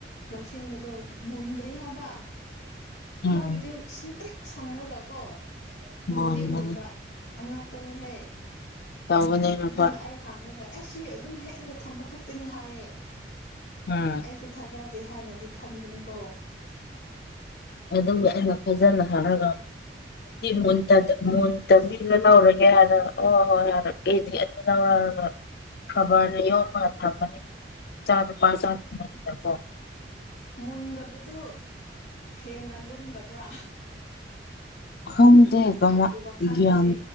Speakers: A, on the left; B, on the left.
A: ꯂꯧꯁꯤꯟꯕꯗꯣ ꯃꯨꯟꯗ꯭ꯔꯤ ꯍꯥꯏꯕ
B: ꯎꯝ
A: ꯃꯣꯏꯒꯤꯗꯨ ꯁꯪꯇ꯭ꯔꯤꯛ ꯁꯪꯔꯒ ꯀꯣ ꯃꯨꯟꯗꯤ
B: ꯃꯨꯟꯕꯅꯤ
A: ꯃꯨꯟꯕ ꯑꯉꯛꯄꯅꯤꯍꯦ
B: ꯇꯧꯕꯅꯦ ꯃꯈꯣꯏ
A: ꯑꯗꯨꯅ ꯑꯩ ꯊꯥꯡꯉꯒ ꯑꯩ ꯁꯤ ꯑꯗꯨꯝ ꯍꯦꯛꯂꯒ ꯊꯝꯕ ꯈꯛꯇꯅꯤ ꯍꯥꯏꯌꯦ
B: ꯑ
A: ꯑꯩꯁꯨ ꯊꯥꯖꯗꯦ ꯍꯥꯏꯅꯗꯤ ꯈꯟꯕꯅꯤꯀꯣ
B: ꯑꯗꯨ ꯑꯩꯅ ꯐꯖꯅ ꯍꯥꯏꯔꯒ ꯃꯨꯟ ꯃꯨꯟꯇ ꯃꯤꯅ ꯂꯧꯔꯒꯦ ꯍꯥꯏꯔ ꯑꯣ ꯍꯣꯏ ꯍꯥꯏꯔ ꯑꯦꯗꯤ ꯑꯅꯤ ꯂꯧꯔ ꯈꯕꯔꯗ ꯌꯣꯝꯃꯒ ꯊꯝꯃꯅꯤ ꯏꯆꯥ ꯅꯨꯄꯥ ꯆꯥ ꯊꯉꯅꯤꯅꯀꯣ
A: ꯃꯨꯟꯗꯕꯗꯨ ꯍꯦꯟꯅ ꯂꯨꯝꯗꯕ꯭ꯔꯥ
B: ꯈꯪꯗꯦ ꯀꯃ
A: ꯑꯩꯒꯤ ꯋꯥꯈꯜꯗꯗꯤ
B: ꯒ꯭ꯌꯥꯟ